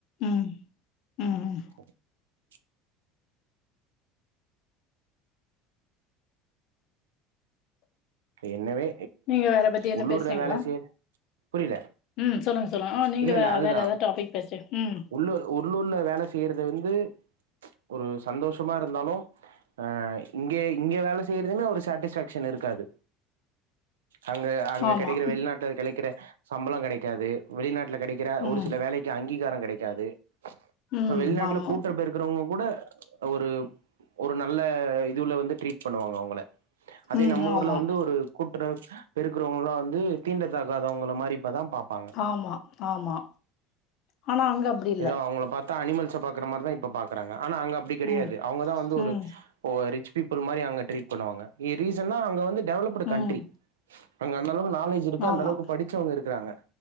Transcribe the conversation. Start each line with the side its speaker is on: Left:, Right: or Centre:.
Left: ம் ம் ம்
Right: <unintelligible> என்னவே
Left: நீங்க வேற பத்தி என்ன
Right: உள்ளூர்ல
Left: பேசுனீங்களா?
Right: வேல செய்ற புரில
Left: ம் சொல்லுங்க சொல்லுங்க ஆ நீங்க
Right: இல்லல்ல
Left: வே
Right: அதுதா
Left: வேற ஏதாவது டாபிக் பேசுறீ ம்
Right: உள்ளூர் உள்ளூர்ல வேல செய்யறது வந்து ஒரு சந்தோஷமா இருந்தாலு ஆ இங்கே இங்கே வேல செய்யறதுமே ஒரு சாட்டிஸ்ஃபேக்ஷன் இருக்காது அங்க அங்க
Left: ஆமா
Right: கெடைக்கற வெளிநாட்ல கெடைக்கற சம்பள கெடைக்காது வெளிநாட்ல கெடைக் கற ஒரு
Left: ம்
Right: சில வேலைக்கு அங்கீகார கெடைக்காது இப்ப
Left: ம்
Right: வெளிநாட்டுல
Left: ஆமா
Right: கூட்ட பெருக்க றவங்க கூட ஒரு ஒரு நல்ல இதுல வந்து ட்ரீட் பண்ணுவாங்க அவங்கள அதே
Left: ம்
Right: நம்ம
Left: ஆமா
Right: ஊர் கூட்ற பெருக்கறவங்கல வந்து தீண்ட தாகாதவங்கள மாரி இப்பதா பாப்பாங்க
Left: ஆமா ஆமா ஆனா அங்க அப்படி இல்ல
Right: ஏதோ அவங்கள பாத்தா அனிமல்ச பாக்கற மாரிதா இப்ப பாக்கறாங்க ஆனா அங்க அப்டி கெடையாது
Left: ம்
Right: அவங்கதா வந்து ஒரு
Left: ம்
Right: இப்போ ரிச் பீப்புள் மாரி அங்க ட்ரீட் பண்ணுவாங்க ரீசன்னா அங்க வந்து டெவலப்டு கண்ட்ரி
Left: ம்
Right: அங்க அந்த அளவுக்கு நாலேஜ் இருக்கு
Left: ஆமா
Right: அந்த அளவுக்கு படிச்சவங்க இருக்கறாங்க